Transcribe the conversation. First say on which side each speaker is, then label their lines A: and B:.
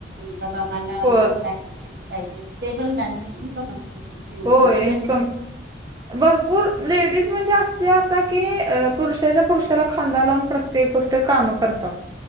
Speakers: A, on the right; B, on the right.
A: बाबा मला
B: होय
A: दन ट टिफिन पाहिजे ते पण त्यांची इन्कम असते म्हे
B: होय
A: ग
B: इन्कम भरपूर लेडीज म्हणजे असे आता की पुरुषाच्या पुरुषाला खांदा लावून प्रत्येक गोष्ट काम करतात